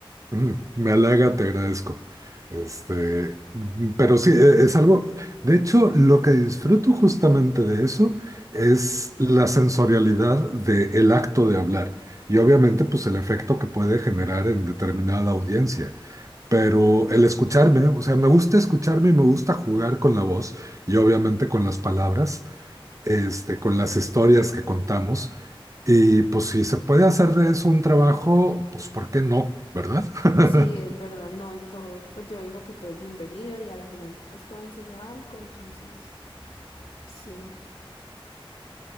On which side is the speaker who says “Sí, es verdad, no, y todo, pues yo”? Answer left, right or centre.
Left